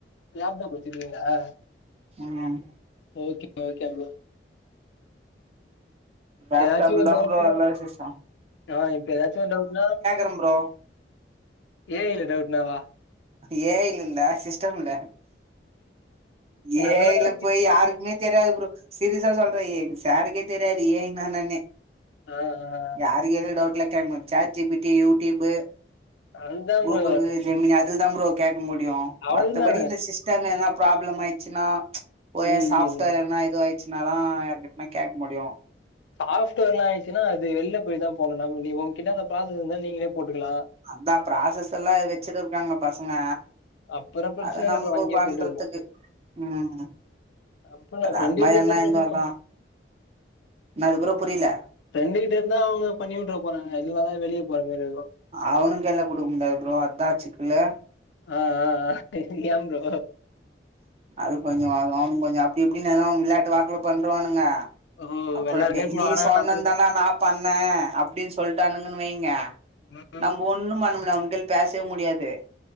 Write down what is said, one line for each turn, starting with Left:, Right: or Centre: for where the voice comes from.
Left: லேப்டாப் வெச்சிருக்கீங்ளா
Right: ம்
Left: ஓகே ஓகே ப்ரோ
Right: லேப்டாப்ல
Left: ஏதாச்சு ஒரு
Right: தா
Left: டவுட்னா
Right: ப்ரோ எல்லா சிஸ்டம்
Left: ஆ இப்ப ஏதாச்சு ஒரு டவுட்னா
Right: ரம் ப்ரோ
Left: ஏ ஐ ல டவுட்னாவா
Right: ஏ ஐல இல்ல சிஸ் டம்ல ஏ
Left: அதெல்லா
Right: ஐல போய் யாருக்குமே தெரியாது ப்ரோ சிரியஸா சொல்ற ஏ சாருகே தெரியாது ஏ ஐனா என்னான்னே
Left: ஆ ஆ
Right: யார்கே கேட்டாலு டவுட்லா கேக்கமாட் சாட்ஜிபிட்டி யூட்டிப்பு
Left: அதுதா
Right: கூகுள்
Left: ப்ரோ
Right: ஜெமினி அதுல தா ப்ரோ கேட்க முடியு
Left: அவ்ளதா
Right: மத்தபடி இந்த சிஸ்டம் ஏனா ப்ராப்லம் ஆய்டிச்சுனா ஓயே
Left: ம்
Right: சாப்ட்வேர்
Left: ம்
Right: என்ன இதுவாயிச்சுனாதா யார்க்கிட்னா கேட்க முடியு
Left: சாப்ட்வேர்லா இதாயிடுச்சுானா அது வெலில போய்தா போடனு நாம உங்கக்கிட்ட அந்த ப்ராசஸ் இருந்தா நீங்களே போட்டுக்கலா
Right: அதா ப்ராசஸெல்லா வெச்சுட்டுருக்காங்க பசங்க
Left: அப்புறம் பிரச்சன
Right: அத
Left: இல்ல
Right: நம்ப
Left: ப்ரோ அங்கேயே
Right: பண்றதுக்கு
Left: போட்டுக்கலாம்
Right: ம்
Left: அப்ப நான் ஃப்ரெண்டு
Right: அதுமாரி
Left: கிட்ட
Right: என்ன இருந்தா
Left: பண்ண
Right: தா என்னது ப்ரோ புரியல
Left: ஃப்ரெண்டு கிட்ட இருந்தா அவங்க பண்ணி உட்டட போறாங்க அதுக்காக வெளிய போற மாரியிருக்கு
Right: அவனங்க கைல குடுக்க முடியாது ப்ரோ அதா சிக்கலு
Left: ஆ ஆ ஆ ஏ ப்ரோ
Right: அது கொஞ்சோ அவனுங்க கொஞ்சோ அப்படி இப்படின்னு விளையாட்டு வாக்ல பண்வானுங்க
Left: ஓ
Right: அப்புறோ
Left: எல்லாருமே
Right: டெய்லி
Left: போனு ஆனா
Right: சொன்னதான
Left: நம்மளுக்கு
Right: நா பண்ண அப்டின்னு சொல்டானுங்கன்னு வைங்க
Left: ம்
Right: நம் ஒண்ணு பண்ண முடியாது அவனுக் ஹல்ப் பேசவே முடியாது